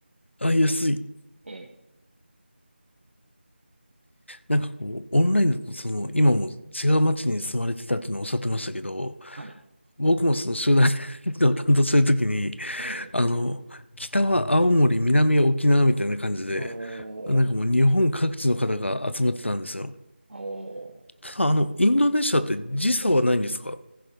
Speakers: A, on the left; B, on the right.
A: あ、安い。
B: ええ、
A: なんかこう、オンラインだと、その、今も違う街に住まれてたっていうのをおっしゃってましたけど、
B: はい、
A: 僕もその集団移動を担当するときに、
B: ええ、
A: あの、北は青森、南は沖縄みたいな感じで、
B: おー、
A: なんかもう日本各地の方が集まってたんですよ。
B: おー。
A: ただ、あの、インドネシアって時差はないんですか